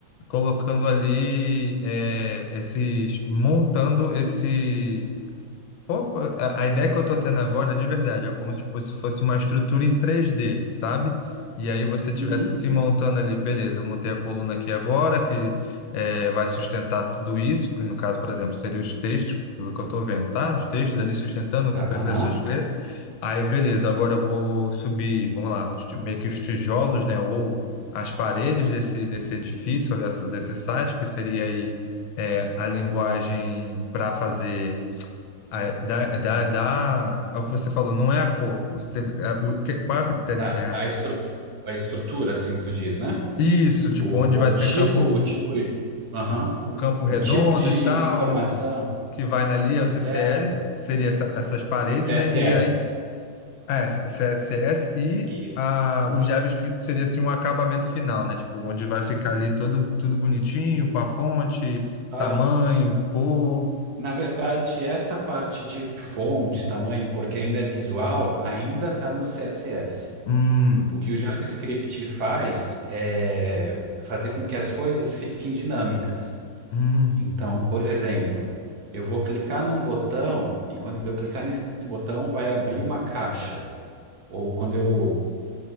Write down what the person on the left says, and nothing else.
colocando ali é, esses, montando esse Qual- A a ideia que eu estou tendo agora, de verdade, é como tipo, se fosse uma estrutura em três d sabe? E aí você tivesse
que ir montando ali, beleza, eu montei a coluna aqui agora, que eh, vai sustentar tudo isso, que no caso, por exemplo, seria os textos, pelo que eu estou vendo, tá? Os textos ali sustentando
o que
precisa
ser escrito. Aí, beleza, agora eu vou subir, vamos lá, os ti- meio que os tijolos, né? Ou as paredes desse, desse edifício, ou dessa, desse site, que seria aí eh, a linguagem para fazer ah, é, dá, dá, dá, é o que você falou, não é a cor. Você, é, o, que, qual é, o que é,
isso, tipo,
onde vai
ser
campo,
o campo redondo
e tal,
onde- que vai ali
é o CCL,
seria essa- essas paredes,
né? E aí, ah, é, CSS e
a, o JavaScript seria assim um acabamento final, né? Tipo, onde vai ficar ali todo, tudo bonitinho, com a fonte,
tamanho, cor.
Hum,
hum,